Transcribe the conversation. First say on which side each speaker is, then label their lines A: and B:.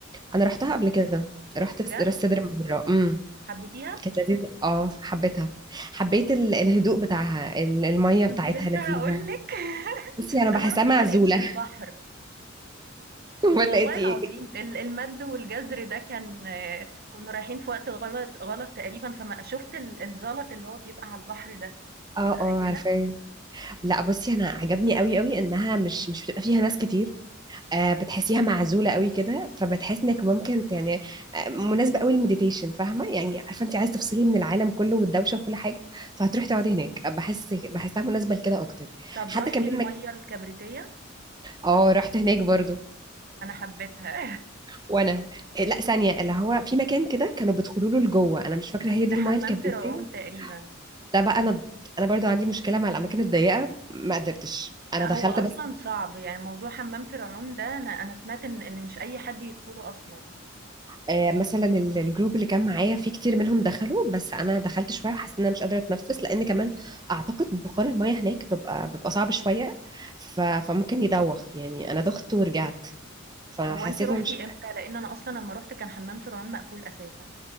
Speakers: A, on the right; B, on the right.
A: انا رحتها قبل كده رحت
B: بجد؟
A: س- راس سدر مرة امم
B: حبيتيها؟
A: كانت لذيذة اه حبيتها حبيت ال- الهدوء بتاعها ال- المية
B: ما كنت
A: بتاعتها
B: لسه
A: لذيذة
B: هقولك <laughs>
A: بصي انا بحسها
B: انا رحت
A: معزوله
B: ما لقيتش البحر
A: <laughs> ولا
B: والله
A: انت
B: العظيم
A: ايه
B: ال- المد والجزر ده كان آه، كنا رايحين في وقت غلط غلط تقريبا فما شفت ال- الزلط اللي هو بيبقى على البحر ده
A: اه
B: متخيلة
A: اه عارفاه لا بصي انا عجبني قوي قوي انها مش مش بتبقى فيها ناس كتير آه بتحسيها معزوله قوي كده فبتحس انك ممكن ت- يعني آه مناسبه قوي للمديتيشن فاهمه يعني عارفه انت عايز تفصلي من العالم كله والدوشه وكل حاجه فهتروحي تقعدي هناك بحس بحسها مناسبه لكده اكتر
B: طب
A: حتى
B: روحتي
A: كمان
B: المية
A: مك...
B: الكبريتية
A: اه رحت هناك برضو
B: انا حبيتها
A: وانا آه لا ثانيه اللي هو في مكان كده كانوا بيدخلوا له لجوه انا مش فاكره
B: <laughs>
A: هي دي
B: ده حمام
A: المايه الكبريتيه
B: فرعون تقريبا
A: ده بقى انا انا برضو عندي مشكله مع الاماكن الضيقه ما قدرتش انا
B: لا
A: دخلت
B: هو اصلا
A: بس
B: صعب يعني موضوع حمام فرعون ده انا انا سمعت ان ان مش اي حد يدخله اصلا
A: آه، مثلا ال- الجروب اللي كان معايا فيه كتير منهم دخلوا بس انا دخلت شويه وحسيت ان انا مش قادره اتنفس لان كمان اعتقد بخار الميه هناك بيبقى بيبقى صعب شويه ف... فممكن يدوخ يعني انا دخت ورجعت فحسيت
B: هو انتي روحتي
A: ان مش
B: امتى لان انا اصلا لما روحت كان حمام فرعون مقفول اساسا